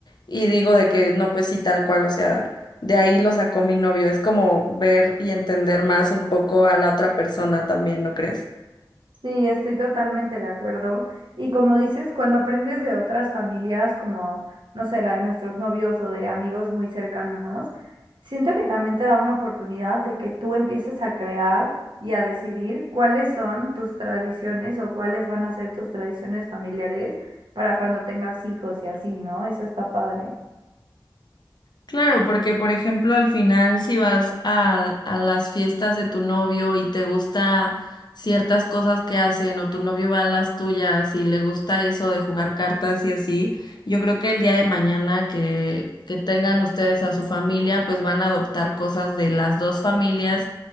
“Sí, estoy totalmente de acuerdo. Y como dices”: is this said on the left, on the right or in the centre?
Right